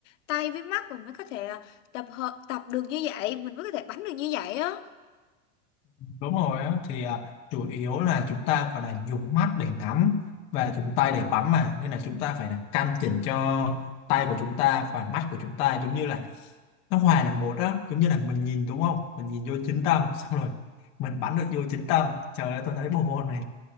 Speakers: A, on the left (about 70°); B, on the left (about 15°).
A: tay với mắt mình mới có thể là tập hợp tập được như vậy mình mới có thể bắn được như vậy á
B: Đúng rồi á thì à, chủ yếu là chúng ta gọi là dùng mắt để ngắm và dùng tay để bấm mà nên là chúng ta phải là căn chỉnh cho tay của chúng ta và mắt của chúng ta giống như là nó hòa là một á giống như là mình nhìn đúng không mình nhìn vô chính tâm <laughs> xong rồi mình bắn được vô chính tâm trời ơi tôi thấy bộ môn này